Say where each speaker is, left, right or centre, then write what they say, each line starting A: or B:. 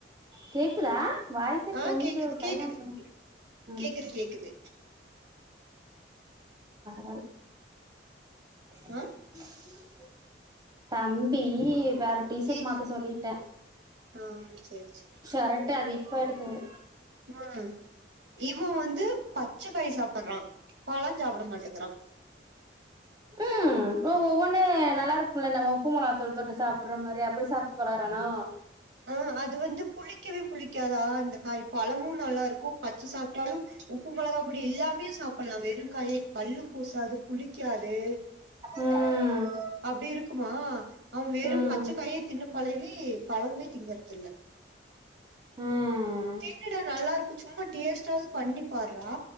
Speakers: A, on the right; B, on the right.
A: கேக்குதா வாய்ஸு
B: ஆ
A: கொஞ்சம்
B: கேக்குது
A: சைலன்ட்
B: கேக்குது
A: ம்
B: கேக்குது கேக்குது
A: பரவாயில்ல க்ஹூம்
B: ஆ
A: <unintelligible> தம்பி வேற டீஷர்ட்
B: இ
A: மாத்த சொல்லிட்டேன்
B: ஆ சேரி சேரி
A: ஷர்ட்டு அது இப்ப எடுத்தது
B: ம் <unintelligible> இவன் வந்து பச்சக்காய் சாப்புடுறான் பழம் சாப்பிட மாட்டேக்குறான்
A: ம் ஓ ஒவ்வொன்னு நல்லாருக்கும்ல நம்ம உப்பு மொளாத்தூள் தொட்டு சாப்புடற மாறி அப்படி சாப் பழகுறானோ
B: ஆ அது வந்து புளிக்கவே புளிக்காதா இந்த காய் பழமும் நல்லா இருக்கும் பச்ச சாப்பிட்டாலும் உப்பு மொளகா பொடி இல்லாமயே சாப்புடலாம் வெறுங்காயே பல்லு கூசாது புளிக்காது
A: ம்
B: அப்படி இருக்குமா அவன் வெறும்
A: ம்
B: பச்சைக்காயே தின்னும் பழவி பழமே திங்கறது இல்ல
A: ம்
B: திண்ணுடா நல்லா இருக்கும் சும்மா டேஸ்ட்டாவது பண்ணி பாருறா